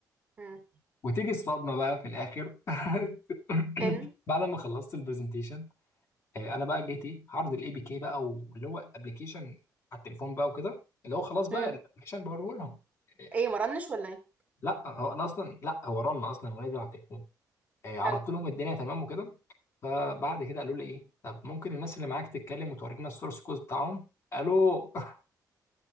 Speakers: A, on the right; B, on the left.
A: مم.
B: وتيجي الصدمه بقى في الاخر <laughs>
A: ان
B: بعد ما خلصت البرزنتيشن آه، انا بقى جيت ايه هعرض الاي بي كي بقى واللي هو ابلكيشن على التليفون بقى وكده اللي هو خلاص بقى
A: مم.
B: الابلكيشن بوريه لهم إيه،
A: ايه مرنش ولا ايه
B: لا هو انا اصلا لا هو رن اصلا ونزل على التليفون آه، عرضت
A: حلو
B: لهم الدنيا تمام وكده فبعد كده قالوا لي ايه طب ممكن الناس اللي معاك تتكلم وتورينا السورس كود بتاعهم الو <laughs>